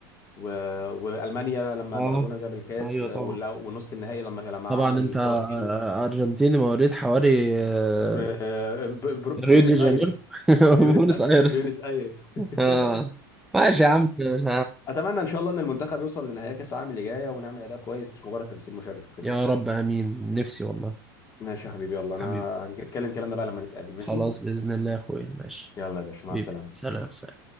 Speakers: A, on the left (about 30°); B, in the centre.
A: و وألمانيا لما
B: اه
A: مارادونا جاب الكاس
B: ايوه
A: آه،
B: طبعا
A: والل- والنص النهائي لما لما
B: طبعا
A: عمل
B: انت
A: الكرة
B: آه،
A: بإيده
B: ارجنتيني مواليد حواري آه،
A: آه، ب- ب-
B: ريو
A: بيونس
B: دي جانيرو
A: آيرس
B: <laughs>
A: بيونس
B: بونس ايرس
A: بيونس آيرس <laughs>
B: اه ماشي يا عم مش
A: اتمنى ان شاء الله ان المنتخب يوصل لنهائي كاس العالم اللي جايه ونعمل اداء كويس مش مجرد تمثيل مشرف وكده
B: يا رب امين نفسي والله
A: ماشي يا حبيبي يلا انا
B: حبيبي
A: هنتكلم كلامنا بقى لما نتقابل ماشي
B: خلاص باذن الله يا اخويا ماشي
A: يلا يا باشا مع
B: حبيبي
A: السلامه
B: سلام سلام